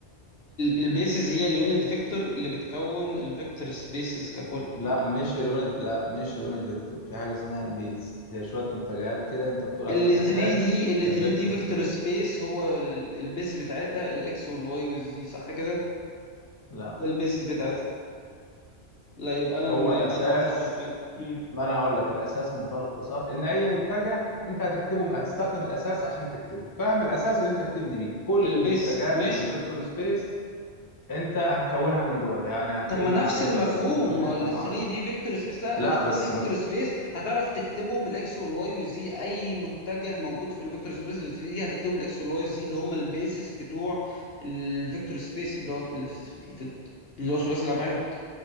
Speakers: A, on the left; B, on the left.
A: البيسز هي اليونت فيكتور اللي بتكون الفيكتور سبيسز ككل
B: لا
A: يعني
B: مش لون لا مش لون الفيكتور في حاجه اسمها البيس هي شويه متجهات كده انت بتقول عليهم
A: ال
B: اساس
A: 3 دي ال
B: الفيكتور
A: 3 دي فيكتور
B: سبيس
A: سبيس هو ال- البيس بتاعتها الاكس والواي والزي صح كده
B: لا
A: ده البيسز بتاعتها لا يبقى انا
B: هو الاساس
A: أنا- يبقى انا متلخبط بين مم.
B: ما انا هقول لك الاساس منطلق اختصار ان اي متجه انت هتكتبه هتستخدم الاساس عشان تكتبه فاهم الاساس اللي انت بتبني بيه كل
A: البيس
B: المتجهات
A: ماشي
B: اللي في الفيكتور سبيس انت هتكونها من دول يعني هتجمع
A: طب ما نفس
B: تضرب
A: المفهوم
B: في اتنين وتجمع
A: ال
B: معرفش
A: 3 دي فيكتور سبيس لا
B: لا
A: ال 3
B: بس
A: دي فيكتور
B: مت...
A: سبيس هتعرف تكتبه بالاكس والواي وزي اي متجه موجود في الفيكتور سبيس ال 3 دي هتكتبه بالاكس والواي وزي اللي هم البيسس بتوع الفيكتور سبيس اللي هو اللي في اللي في- اللي هو ثلاثي الابعاد